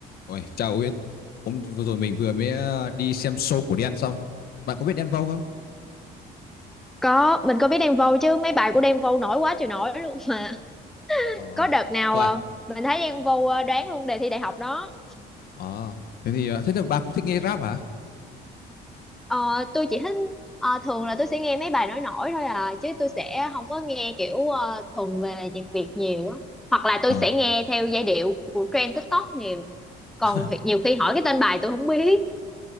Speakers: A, on the left; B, in the centre.
A: Ôi, chào Uyên. Hôm vừa rồi mình vừa mới ờ, đi xem show của Đen xong. Bạn có biết Đen Vâu không?
B: Có, mình có biết Đen Vâu chứ mấy bài của Đen Vâu nổi quá trời nổi luôn mà.
A: Ờ.
B: Có đợt nào
A: Ôi,
B: ờ, mình thấy Đen Vâu ờ, đoán luôn đề thi đại học đó.
A: ờ. Thế thì ờ, thế là bà cũng thích nghe rap hả?
B: Ờ, tôi chỉ thích ờ, thường là tôi sẽ nghe mấy bài nổi nổi thôi à chứ tôi sẽ không có nghe kiểu ờ, thuần về nhạc Việt nhiều á. Hoặc là tôi
A: Ờ.
B: sẽ nghe theo giai điệu của trend TikTok nhiều. Còn
A: <laughs>
B: thì- nhiều khi hỏi cái tên bài tôi không biết.